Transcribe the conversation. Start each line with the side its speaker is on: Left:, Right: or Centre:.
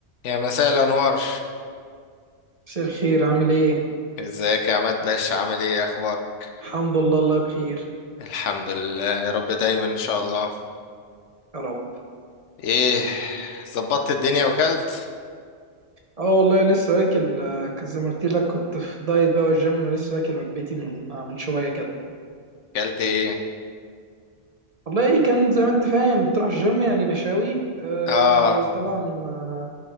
Left: يا مساء الأنوار
Right: مساء الخير عامل ايه؟
Left: ازيك يا عماد باشا عامل ايه إيه اخبارك
Right: الحمد لله الله بخير
Left: الحمد لله يا رب دايما ان شاء الله
Right: يا رب
Left: ايه ظبطت الدنيا وكلت
Right: اه والله لسه واكل آه، زي ما قلت لك كنت في دايت بقى والجيم لسه واكل وجبتي من آه، من شويه كده
Left: كلت ايه
Right: والله ايه كان زي ما انت فاهم بتروح الجيم يعني مشاوي آه
Left: اه
Right: وطبعا آه